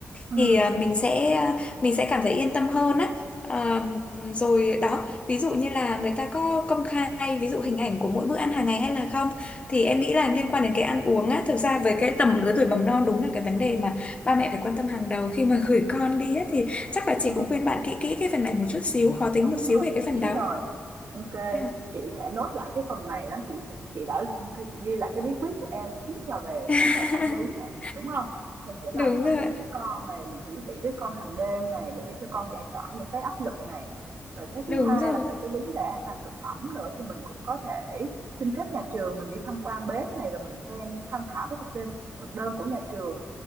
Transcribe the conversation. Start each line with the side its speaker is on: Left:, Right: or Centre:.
Right: ừm,
Left: thì à, mình sẽ à, mình sẽ cảm thấy yên tâm hơn á À, rồi đó ví dụ như là người ta có công khai ví dụ hình ảnh của mỗi bữa ăn hàng ngày hay là không thì em nghĩ là liên quan đến cái ăn uống á thực ra với cái tầm lứa tuổi mầm non đúng là cái vấn đề mà ba mẹ phải quan tâm hàng đầu khi mà <laughs> gửi con đi á thì chắc là
Right: ừm,
Left: chị cũng khuyên bạn kỹ kỹ cái phần này một chút xíu khó tính
Right: đúng
Left: một xíu
Right: rồi,
Left: về cái
Right: chị
Left: phần
Right: biết
Left: đó
Right: rồi. Ok,
Left: à.
Right: chị sẽ nốt lại cái phần này đó, chị sẽ- chị đã ghi, ghi lại cái bí quyết của em, thứ nhất là về
Left: <laughs>
Right: vấn đề tâm lý này, đúng không? Mình sẽ làm
Left: đúng
Right: tâm
Left: rồi
Right: lý với con này, mình thủ thỉ với con hàng đêm này để cho con giải tỏa những cái áp lực này. Rồi cái thứ
Left: đúng
Right: hai
Left: rồi
Right: là về cái vấn đề an toàn thực phẩm nữa thì mình cũng có thể xin phép nhà trường mình đi tham quan bếp này rồi mình xem tham khảo cái thực đơn thực đơn của nhà trường